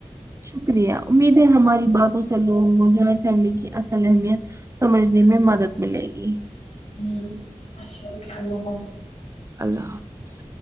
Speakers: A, on the right; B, on the left.
A: شکریہ امید ہے ہماری باتوں سے لوگوں کو جوائنٹ فیملی کی اصل اہمیت- سمجھنے میں مدد ملے گی-
B: ہوں اچھا اوکے اللہ حافظ-
A: اللہ حافظ-